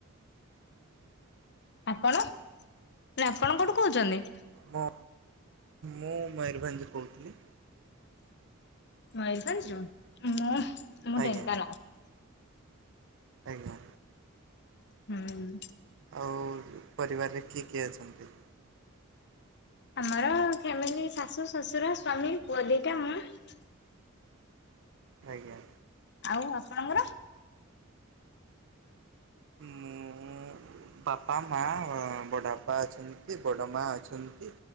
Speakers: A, on the left (about 55°); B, on the right (about 60°).
A: ଆପଣ ସାର୍ ଆପଣ କୋଉଠୁ କହୁଛନ୍ତି?
B: ମୁଁ ମୁଁ ମୟୂରଭଞ୍ଜରୁ କହୁଥିଲି।
A: ମୟୂରଭଞ୍ଜରୁୁ ମୁଁ ମୁଁ
B: ଆଜ୍ଞା
A: ଢେଙ୍କାନାଳ।
B: ଆଜ୍ଞା।
A: ହୁଁ।
B: ଆଉ ପରିବାରରେ କିଏ କିଏ ଅଛନ୍ତି?
A: ଆମର ଫ୍ୟାମିଲି ଶାଶୁ ଶ୍ୱଶୁର ସ୍ୱାମୀ ପୁଅ ଦିଇଟା ମୁଁ।
B: ଆଜ୍ଞା।
A: ଆଉ ଆପଣଙ୍କର?
B: ମୁଁ ବାପା ମା ବଡ଼ ବାପା ଅଛନ୍ତି ବଡ଼ ମା ଅଛନ୍ତି।